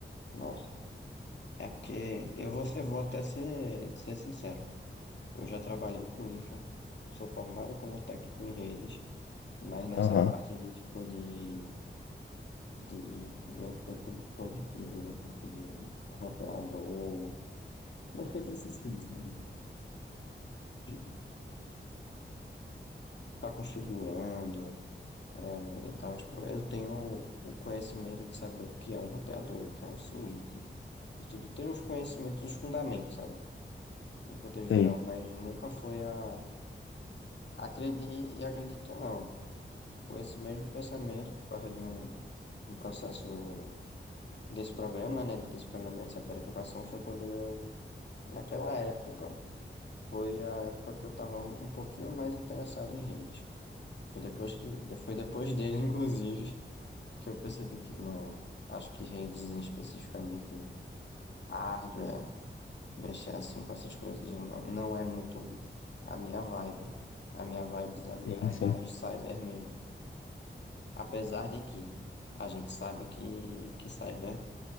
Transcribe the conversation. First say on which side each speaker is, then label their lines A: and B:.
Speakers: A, on the left; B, on the left.
A: Nossa, é porque eu vou, ser- vou até ser, ser sincero, eu já trabalhei com infra, sou formado como técnico em redes, mas nessa
B: Aham,
A: parte de tipo de, de mexer com dispositivos, mexer com de roteador, mexer com esses fios, sabe? Tipo, Ficar configurando, É, e tal, tipo, eu tenho o conhecimento de saber o que é um roteador, o que é um switch, e tudo. Tenho os conhecimentos, os fundamentos, sabe? No contexto
B: sei.
A: geral, mas nunca foi a. Acredite e acredite ou não, com esse mesmo pensamento, por causa de um, um processo desse programa, né? Desse programa de saber educação, foi quando eu, naquela época, foi a época que eu estava um pouquinho mais interessado em redes. Foi depois que, foi depois dele, <laughs> inclusive. que eu percebi que não. Acho que redes especificamente hardware, mexer assim com essas coisas não, não é muito a minha vibe. A minha vibe
B: Sim,
A: é, é mais
B: sim.
A: cyber mesmo. Apesar de que a gente sabe que, que cyber